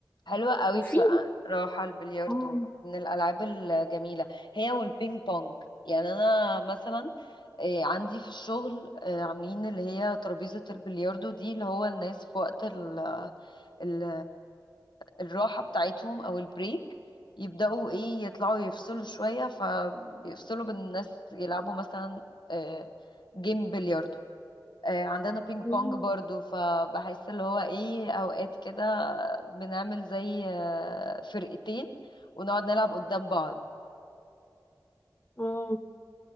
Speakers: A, on the left (about 75°); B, on the left (about 25°).
A: حلوة قوي
B: وفي
A: بصراحة راحة البلياردو
B: اه
A: من الألعاب الجميلة هي والبينج بونج يعني أنا مثلا إيه، عندي في الشغل آه، عاملين اللي هي ترابيزة البلياردو دي اللي هو الناس في وقت ال ال الراحة بتاعتهم أو البريك يبدأوا إيه يطلعوا يفصلوا شوية فبيفصلوا بالناس يلعبوا مثلا آه، جيم بلياردو آه، عندنا بينج
B: اه
A: بونج برضو فبحس اللي هو ايه اوقات كده بنعمل زي آه، فرقتين ونقعد نلعب قدام بعض
B: آه.